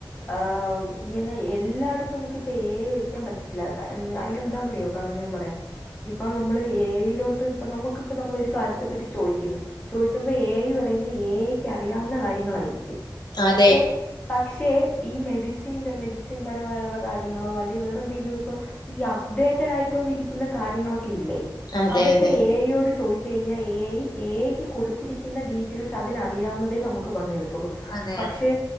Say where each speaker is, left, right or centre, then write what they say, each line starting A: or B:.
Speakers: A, on the left; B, on the left.
A: ആം ഇങ്ങനെ എല്ലാടത്തും നമുക്കിപ്പോ ഏ ഐയ് വയ്ക്കാൻ പറ്റത്തില്ല കടന് അതിന്ന്താന്നറിയോ കാരണംഞാൻപറയാം ഇപ്പൊ നമ്മള് ഏ ഐലോട്ട് ഇപ്പ നമ്മക്കിപ്പം നമ്മളൊരു കാര്യത്തെപറ്റി ചോയ്ക്കുന്ന് ചോദിക്കുമ്പോ ഏ ഐ പറയുന്നത് ഏ ഐക്ക് അറിയാവുന്ന കാര്യങ്ങളായിരിക്കും
B: അതെ
A: ഏ പക്ഷെ ഈ മെഡിസിൻന്റെ മെഡിസിൻ പരമായുള്ള കാര്യങ്ങളോ അല്ലെ വേറെന്തെലുക്കെ ഈ അപ്ഡേറ്റഡ് ആയിട്ടൊണ്ടിരിക്കുന്ന കാര്യങ്ങളൊക്കെ ഇല്ലേ
B: അതെ
A: അതൊക്കെ
B: അതെ
A: എ ഐ യോട് ചോയി ടുത്തഴിഞ്ഞാൽ എ ഐ, എ ഐ, ക്ക് കൊടുത്തിരിക്കുന്ന ഡീറ്റെയിൽസ് അതിനറിയാവുന്നതേ നമുക്ക് പറഞ്ഞു. തരു. ത്തള്ളൂ
B: അതെ അതെ
A: പക്ഷേ